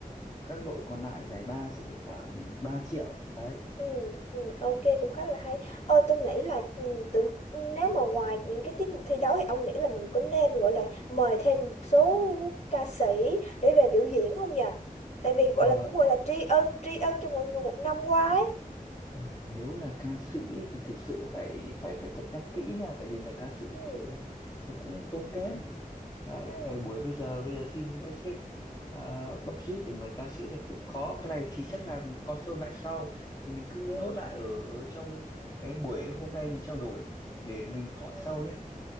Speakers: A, on the left; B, on the left.
A: các đội còn lại giải ba sẽ được khoảng 3 triệu đấy
B: Ừ, ừ, ok cũng khá là hay. Ôi tôi nghĩ là ừ, tụi, ừ, nếu mà ngoài những cái tiết mục thi đấu thì ông nghĩ là mình có nên gọi là mời thêm một số ca sĩ để về biểu diễn không nhỉ? Tại vì gọi
A: Ờ,
B: là cũng gọi là tri ân tri ân cho mọi người một năm qua ấy.
A: Ừ, nếu là ca sĩ thì thực sự phải phải phải cân nhắc kỹ nha tại vì mà ca sĩ
B: Ừ,
A: thực sự là nó cũng tốn kém đấy
B: ừ,
A: thời buổi bây giờ bây giờ xin các sếp uh, budget để mời ca sĩ được cũng khó cái này thì chắc là confirm lại sau thì mình cứ
B: ừ,
A: nốt lại ở trong cái buổi hôm nay mình trao đổi để mình hỏi
B: ừ.
A: sau nhé